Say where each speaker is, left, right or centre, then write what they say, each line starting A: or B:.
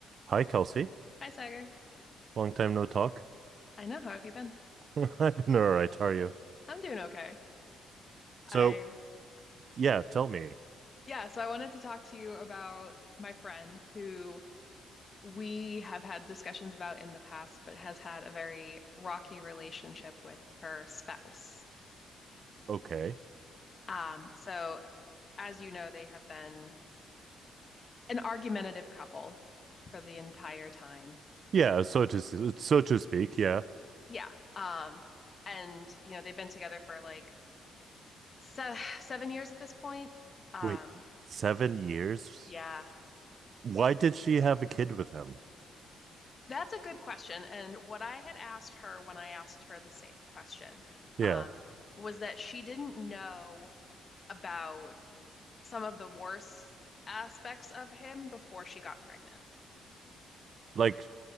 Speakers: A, on the right (about 55°); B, on the left (about 35°).
A: Hi, Kelsey.
B: Hi, Sagar.
A: Long time no talk.
B: I know. How have you been?
A: <laughs> I've been all right. How are you?
B: I'm doing okay.
A: So,
B: I,
A: yeah, tell me.
B: yeah, so I wanted to talk to you about my friend who we have had discussions about in the past, but has had a very rocky relationship with her spouse.
A: Okay.
B: Um, so as you know, they have been an argumentative couple for the entire time.
A: Yeah, so to s- so to speak. Yeah.
B: Yeah. Um, and you know, they've been together for like se seven years at this point. Um,
A: Wait, seven years?
B: yeah.
A: Why did she have a kid with him?
B: That's a good question. And what I had asked her when I asked her the same question,
A: Yeah,
B: um, was that she didn't know about some of the worst aspects of him before she got pregnant.
A: like